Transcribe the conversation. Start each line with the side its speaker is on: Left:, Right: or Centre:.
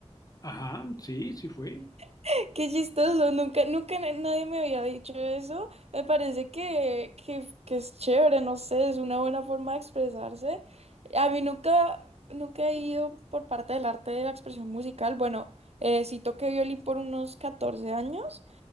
Left: Ajá, sí, sí fue.
Right: <laughs> Qué chistoso, nunca, nunca na- nadie me había dicho eso. Me parece que, que, que es chévere, no sé, es una buena forma de expresarse. A mí nunca, nunca he ido por parte del arte de la expresión musical. Bueno, eh, sí toqué violín por unos 14 años.